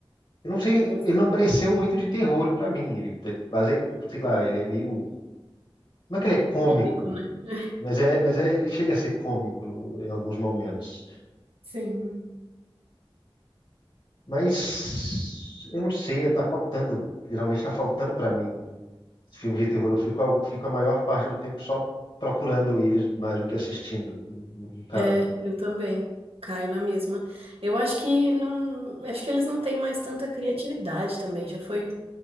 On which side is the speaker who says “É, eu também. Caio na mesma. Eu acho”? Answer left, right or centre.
Right